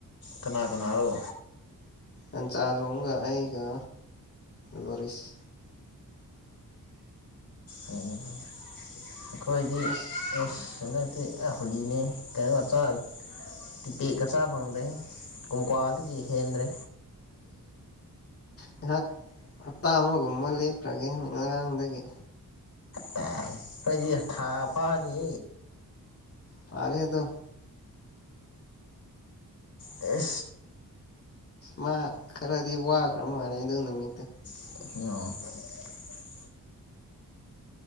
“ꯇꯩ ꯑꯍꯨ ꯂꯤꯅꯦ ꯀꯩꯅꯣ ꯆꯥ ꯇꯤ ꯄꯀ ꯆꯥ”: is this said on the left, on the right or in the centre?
Left